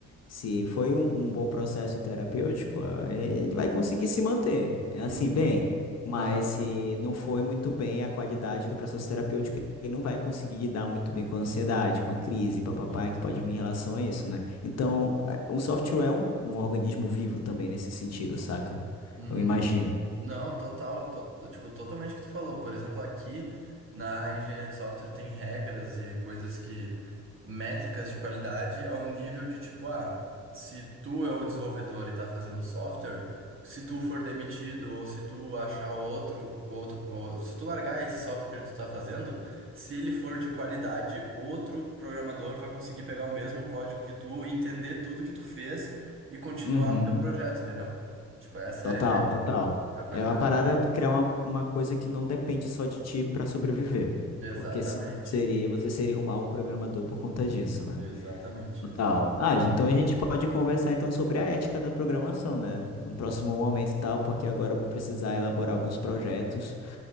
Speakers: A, on the left; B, on the right.
A: se foi um, um bom processo terapêutico, ah, ele vai conseguir se manter, é assim,
B: Uhum.
A: bem. Mas
B: Não,
A: se
B: tô-
A: não foi muito bem a qualidade do processo terapêutico, ele não vai conseguir lidar muito bem com a ansiedade, com a crise, papapá,
B: sim.
A: que pode vir em relação a isso, né? Então, a- o software é um, um organismo vivo também nesse sentido, saca?
B: Uhum.
A: Eu imagino.
B: Não, total, to- tipo, totalmente o que tu falou. Por exemplo, aqui na engenharia de software tem regras e coisas que, métricas de qualidade ao nível de tipo, ah, se tu é o desenvolvedor e tá fazendo software, se tu for demitido ou se tu achar outro, outro, ou se tu largar esse software que tu tá fazendo, se ele for de qualidade, outro programador vai conseguir pegar o mesmo código que tu, entender tudo que tu fez e continuar
A: Uhum.
B: o teu projeto, entendeu? Tipo, essa
A: Total,
B: é a ideia.
A: total.
B: Da qualidade.
A: É uma parada tu criar uma, uma coisa que não depende só de ti pra sobreviver.
B: Exatamente.
A: Porque se- seria, você seria um mau programador por conta disso, né?
B: Exatamente,
A: Total.
B: exatamente.
A: Ah, gen- então a gente pode conversar então sobre a ética da programação, né? Num próximo momento e tal, porque agora eu vou precisar elaborar alguns projetos